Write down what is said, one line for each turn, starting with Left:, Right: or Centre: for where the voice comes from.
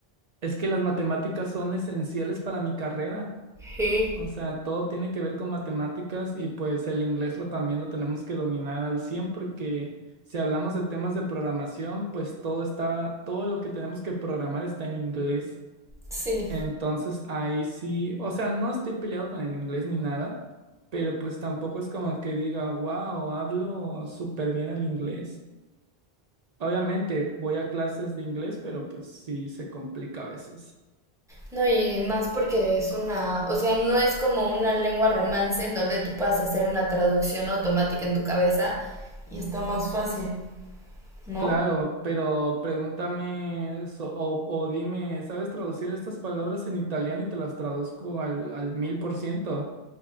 Right: Es que las matemáticas son esenciales para mi carrera.
Centre: Sí.
Right: O sea, todo tiene que ver con matemáticas y pues el inglés lo también lo tenemos que dominar al cien porque si hablamos de temas de programación, pues todo está, todo lo que tenemos que programar está en inglés.
Centre: Sí.
Right: Entonces ahí sí, o sea, no estoy peleado con el inglés ni nada, pero pues tampoco es como que diga, wow, hablo súper bien el inglés. Obviamente voy a clases de inglés, pero pues sí se complica a veces.
Centre: No, y más porque es una, o sea, no es como una lengua romance en donde tú puedas hacer una traducción automática en tu cabeza y está más fácil, ¿no?
Right: Claro, pero pregúntame so- o, o dime, ¿sabes traducir estas palabras en italiano y te las traduzco al, al mil por ciento?